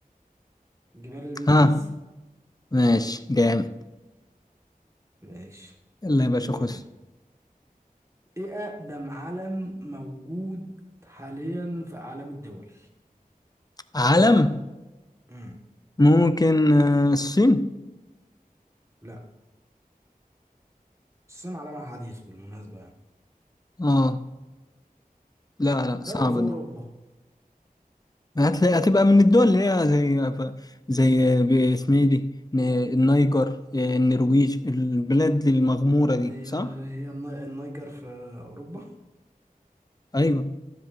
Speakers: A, on the right; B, on the left.
A: جبال الانديز
B: ها ماشي جامد
A: ماشي
B: يلا يا باشا
A: دوري
B: خش
A: ايه اقدم علم موجود حاليا في اعلام الدول
B: علم
A: مم.
B: ممكن آه، الصين
A: لا الصين علمها حديث بالمناسبة يعني
B: اه لا لا
A: دولة
B: صعبة
A: في اوروبا
B: دي هتلاقي هتبقى من الدول اللي هي زي زي باسمها دي ن- النيجر آه، النرويج البلاد المغمورة
A: ما
B: دي
A: هي
B: صح؟
A: هي الني- النيجر في اوروبا
B: ايوه